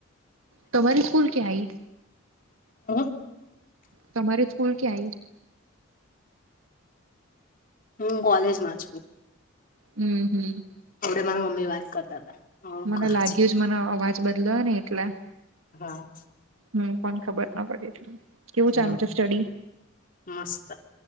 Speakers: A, on the right (about 80°); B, on the left (about 45°).
A: તમારી સ્કૂલ ક્યાં આય.
B: હ.
A: તમારે સ્કૂલ ક્યાં આવીય.
B: હમ કોલેજમાં જકો.
A: હમ હમ.
B: એવડે મારા મમ્મી વાત કરતા હતા. હું
A: મને
B: ઘરે
A: લાગ્યું
B: છું
A: જ મને અવાજ બદલા ને એટલે.
B: હા.
A: હમ પણ ખબર ના પડીે એટલ કેવું
B: હમ
A: ચાલુ છે સ્ટડી.
B: મસ્ત.